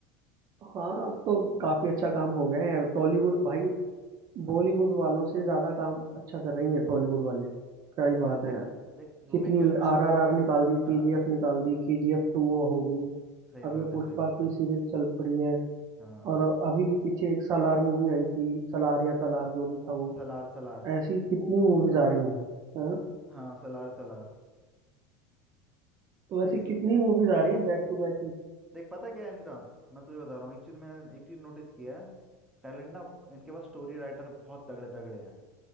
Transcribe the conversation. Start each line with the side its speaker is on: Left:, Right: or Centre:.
Right: हाँ अब तो काफी अच्छा काम हो गया है टॉलीवुड भाई
Centre: हाँ
Right: बॉलीवुड वालों से ज्यादा काम अच्छा कर रही है टॉलीवुड वाले क्या ही
Centre: यार
Right: बात
Centre: देख
Right: है यार
Centre: देख जो
Right: कितनी
Centre: भी कह ले मैं
Right: आर आर
Centre: देख
Right: आर निकाल दी के
Centre: हाँ
Right: जी एफ निकाल दी के जी एफ टू हो गई
Centre: सही
Right: अब
Centre: बात
Right: ये
Centre: है
Right: पुष्पा
Centre: सही बात
Right: की
Centre: है
Right: सीरीज चल पड़ी है
Centre: हाँ
Right: और अभी भी पीछे एक सालार मूवी आई थी सालार या सालार जो भी था वो
Centre: सलार सलार
Right: ऐसी कितनी मूवीज
Centre: प्रवासी
Right: आ रही हैं हाँ?
Centre: हाँ सलार सलार
Right: तो
Centre: देख
Right: ऐसी
Centre: इसमें
Right: कितनी मूवीज आ रही है बैक टू बैक में
Centre: देख पता है क्या है इनका मैं तुझे बता रहा हूँ एक चीज़ मैंने एक चीज़ नोटिस किया है टैलेंट ना इनके पास स्टोरी राइटर बहुत तगड़े तगड़े हैं